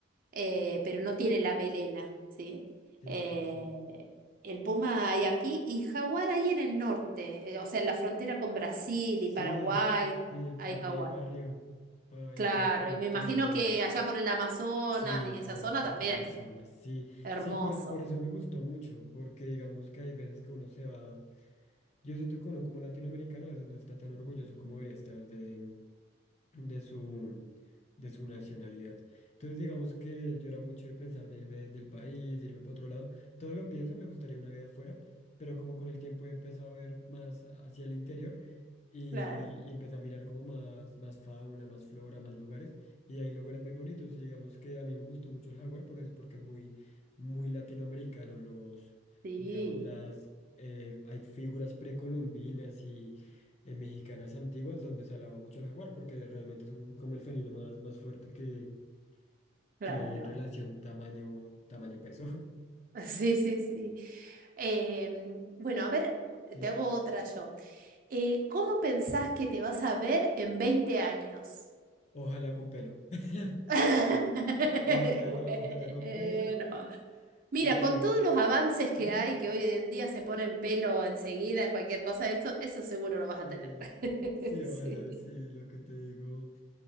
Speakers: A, on the right; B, on the left.
A: eh, pero no tiene la melena, ¿sí?
B: sí,
A: Eh,
B: sí, sí.
A: el puma hay aquí y jaguar hay en el norte, eh, o sea, en la frontera con Brasil
B: Sí,
A: y Paraguay
B: sí, pa-
A: hay jaguar.
B: de ahí para arriba. pa-
A: Claro,
B: en Estados Unidos
A: y me imagino
B: también hay.
A: que allá por el Amazonas
B: Sí,
A: y esa
B: toda
A: zona
B: la parte
A: también,
B: de Amazonas. Sí,
A: hermoso.
B: sí, por, por eso me gustó mucho, porque digamos que hay veces que uno se va. Yo siento que uno como latinoamericano a veces no está tan orgulloso como debería estar de, de su, de su nacionalidad. Entonces digamos que yo era mucho de pensar de irme del país, de irme para otro lado. Todo lo pienso, me gustaría una vida afuera, pero como con el tiempo he empezado a ver más hacia el interior y,
A: Claro.
B: y empecé a mirar como más, más fauna, más flora, más lugares, y hay lugares muy bonitos, y digamos que a mí me gustó mucho el jaguar por eso, porque es muy, muy latinoamericano, los,
A: Sí,
B: digamos, las, eh, hay figuras precolombinas y eh, mexicanas antiguas donde se alaba mucho el jaguar, porque realmente es un- como el felino más, más fuerte que,
A: claro.
B: que hay en relación
A: <laughs>
B: tamaño, tamaño peso,
A: Sí, sí, sí. Em, bueno, a ver,
B: <laughs> sí,
A: te hago otra yo. Eh, ¿cómo pensás que te vas a ver en 20 años?
B: ojalá con pelo. <laughs>
A: <laughs>
B: Ojalá, ojalá con
A: Bueno,
B: pelo.
A: mira,
B: Esperemos.
A: con todos los avances que
B: <laughs>
A: hay, que hoy en día se ponen pelo enseguida en cualquier cosa, eso, eso seguro lo vas
B: Eh,
A: a tener. <laughs>
B: sí,
A: Sí.
B: ojalá, sí, lo que te digo